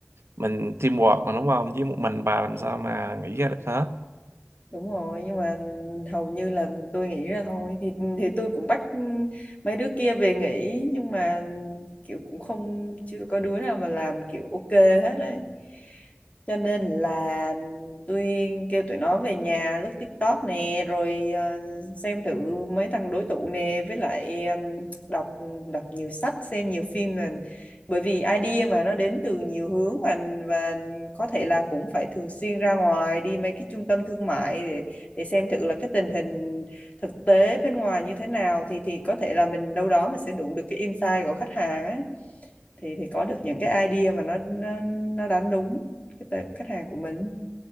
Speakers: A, on the right (about 80°); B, on the left (about 35°).
A: mình teamwork mà đúng không chứ một mình bà làm sao mà nghĩ ra được hết
B: đúng rồi nhưng mà hầu như là tôi nghĩ ra thôi thì thì tôi cũng bắt mấy đứa kia về nghỉ nhưng mà kiểu cũng không chưa có đứa nào mà làm kiểu ok hết đấy cho nên là tôi kêu tụi nó về nhà lướt TikTok nè rồi ờ, xem thử mấy thằng đối tụ nè với lại ừm, đọc đọc nhiều sách xem nhiều phim là bởi vì idea mà nó đến từ nhiều hướng và và có thể là cũng phải thường xuyên ra ngoài đi mấy cái trung tâm thương mại để, để xem thử là cái tình hình thực tế bên ngoài như thế nào thì thì có thể là mình đâu đó mình sẽ đụng được cái insight của khách hàng ấy thì thì có được những cái idea mà nó nó nó đánh đúng cái tệp khách hàng của mình